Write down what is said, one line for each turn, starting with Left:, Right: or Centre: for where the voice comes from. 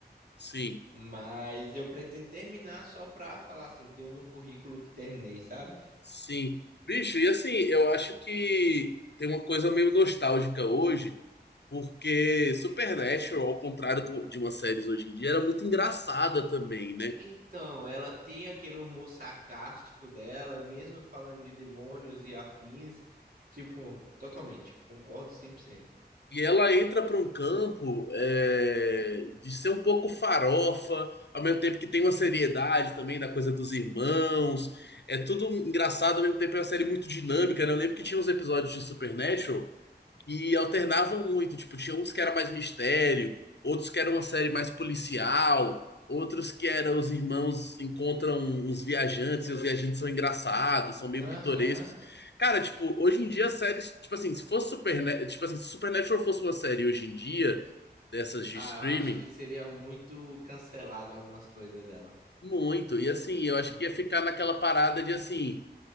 Left: Sim.
Right: Mas eu pretendo terminar só pra falar assim, ter um no currículo que terminei, sabe?
Left: Sim. Bicho, e assim, eu acho que tem uma coisa meio nostálgica hoje, porque Supernatural, ao contrário do- de umas séries hoje em dia, era muito engraçada também, né?
Right: Então, ela tem aquele humor sarcástico dela, mesmo falando de demônios e afins. Tipo, totalmente, concordo 100%.
Left: E ela entra para um campo é, de ser um pouco farofa, ao mesmo tempo que tem uma seriedade também da coisa dos irmãos. É tudo engraçado, ao mesmo tempo é uma série muito dinâmica, né? Eu lembro que tinha uns episódios de Supernatural. E alternavam muito, tipo, tinha uns que era mais mistério, outros que era uma série mais policial, outros que eram os irmãos encontram uns viajantes e os viajantes são engraçados, são meio
Right: Aham.
Left: pitorescos. Cara, tipo, hoje em dia as séries, tipo assim, se fosse Supernatural, tipo assim, se Supernatural fosse uma série hoje em dia, dessas de
Right: Ah,
Left: streaming,
Right: eu acho que seria muito cancelado algumas coisas dela.
Left: muito. E assim, eu
Right: Muito.
Left: acho que ia ficar naquela parada de assim,